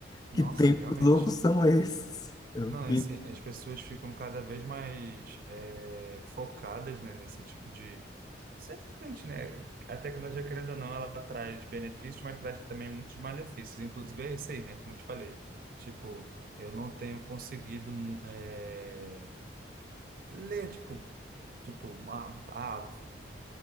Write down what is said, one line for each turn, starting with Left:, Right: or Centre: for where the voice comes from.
Left: Que
Right: Nossa,
Left: tempos
Right: realmente.
Left: loucos são esses? Eu
Right: Não,
Left: fiquei
Right: é assim, as pessoas ficam cada vez mais é, focadas, né, nesse tipo de... Certamente, né, a tecnologia, querendo ou não, ela traz benefícios, mas traz também muitos malefícios. Inclusive é isso aí, né, como eu te falei. Tipo, eu não tenho conseguido hum, é, ler, tipo, tipo, ah, ah,